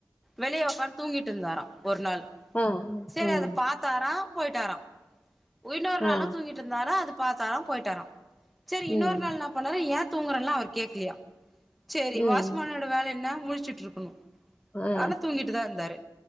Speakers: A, in the centre; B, on the left.
A: வெளிய உக்காந் தூங்கிட்டு இருந்தாராம் ஒரு நாள்
B: ஆ
A: சேரி
B: ம்
A: அத பாத்தாராம் போய்ட்டாறாம் உய்னொரு நாளும்
B: ஆ
A: தூங்கிட்டு இருந்தராம் அது பாத்தாரா போய்டாரா செரி இன்னொரு
B: ம்
A: நாள் என்ன பண்ணாரு ஏ தூங்குறன்னு அவர் கே்கலியா செரி
B: ம்
A: வாட்ச்மேனோட வேல நா முழிச்சிட்ருக்குணூ
B: ஆ
A: ஆனா தூங்கிட்டு தா இருந்தாரு